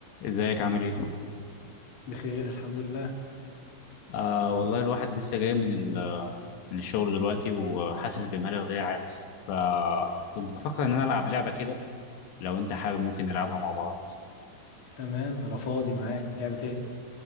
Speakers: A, on the left; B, on the left.
A: ازيك عامل ايه؟
B: بخير الحمد لله
A: آه والله الواحد لسه جاي من ال- من الشغل دلوقتي وحاسس بملل غير عادي فكنت بفكر ان انا
B: مم.
A: العب لعبه كده لو انت حابب ممكن نلعبها مع بعض
B: تمام انا فاضي معاك لعبة ايه